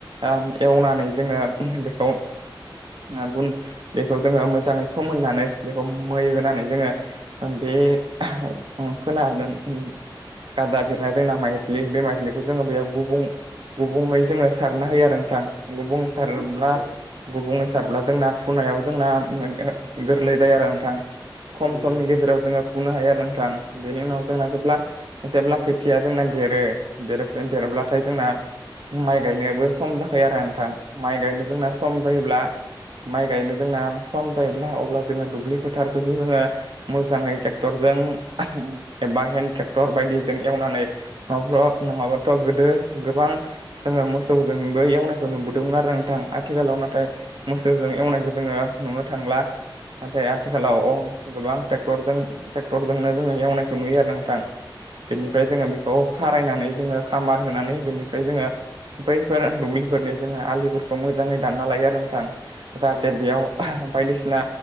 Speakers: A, on the right (about 75°); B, on the right (about 30°).
A: ओ एवनानै जोङो बेखौ ओ गुन बेखौ जोङो मोजाङै फोमोननानै बेखौ मै होनानै जोङो बे उम खोनादों उम गादा बेद ओ जोंना माइज्लि बे माइज्लिखौ जोङो बेयाव गुबुं गुबुङै जोङो सारना होयो आरो नोंथां । गुबुं सारोब्ला
B: नोंथां थारैनो
A: गुबुंयै सारब्ला जोंना फुनायाव जोंना गोरलै जायो आरो नोंथां । खम
B: नंगौ
A: समनि
B: नोंथां थारैनो नंगौ नोंथां थारैनो नंगौ नोंथां
A: गेजेराव जोङो फुनो हायो आरो नोंथां बेनि उनाव जोंना जेब्ला जेब्ला खो थिया जोंना देरो देरोफोन देरोब्लाथाय जोंना माइ गायनोबो सम जाखायो आरो नोंथां माइ गायनो जोंना सम जायोब्ला माइ गायनो जोंना सम जायोब्ला अब्ला जोङो दुब्लि फोथारखौसो जोङो मोजाङै ट्रेक्टर जो जों एबा हेनन्द ट्रेक्टर बायदि जों एवनानै न'फ्राव नङाबाथ' गोदो गोबां जोङो मोसौजोंबो एवनायखौ नु बोदोंमोन आरो नोंथां आथिखालाव नाथाय मोसौजों एवनायखौ जोङो नुनो थांला नाथाय आथिखालाव गोबां ट्रेक्टरजों ट्रेक्टरजोंनो जोङो एवनायखौ नुयो आरो नोंथां । बेनिफ्राय
B: नंगौ नंगौ
A: जोङो
B: नोंथां
A: बेखौ खारायनानै जोङो खामार होनानै बेनिफ्राय जोङो बैफोर दुब्लिफोर बे जोङो आलिफोरखौ मोजाङै दानना लायो आरो नोंथां जाहाथे
B: नंगौ
A: बेयाव
B: नोंथां थारैनो नंगौ नोंथां थारैनो
A: बायदिसिना